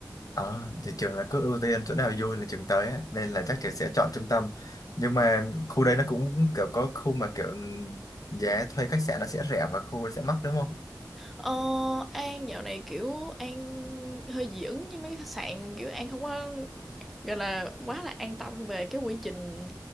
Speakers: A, on the left; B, in the centre.
A: ờ, thì trường là cứ ưu tiên chỗ nào vui là trường tới á, nên là chắc trường sẽ chọn trung tâm nhưng mà khu đấy nó cũng kiểu có khu mà kiểu giá thuê khách sạn nó sẽ rẻ và khu sẽ mắc đúng không?
B: Ờ, An dạo này kiểu An hơi dị ứng với mấy cái khách sạn kiểu An không có gọi là quá là an tâm về cái quy trình